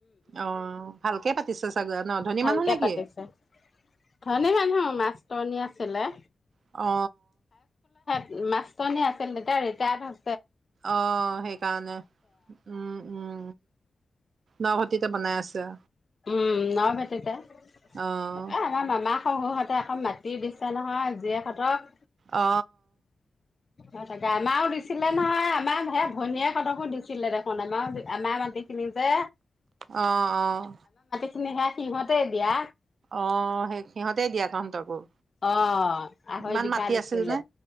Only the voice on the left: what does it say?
ভালকৈ
পাতিছে। ধনী মানুহ মাস্টৰ- ধনী আছিলে।
মাস্টৰনী আছিল। এতিয়া ৰিটায়াৰ হৈ
উম ন ভেটিতে। এই
আমাৰ মামা শহুৰহঁতৰ আকৌ মা টি দিছে নহয় জীয়েকহঁতক।
অ' তাকে। আমাৰো দিছিলে নহয়, আমাৰ সেই ভনীয়েকহঁতকো দিছিলে দেখোন। আমাৰো আমাৰ মাটি খিনি যে
কিনি সেয়া সিহঁতে দিয়া।
অ আঢ়ৈ
বিঘা
দিছিলে